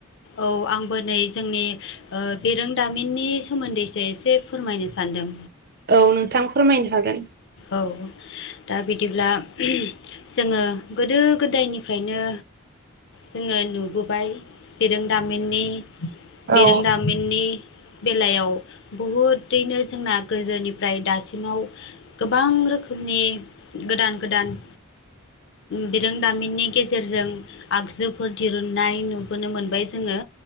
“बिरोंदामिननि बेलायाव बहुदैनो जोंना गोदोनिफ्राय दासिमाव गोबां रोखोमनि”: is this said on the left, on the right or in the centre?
Left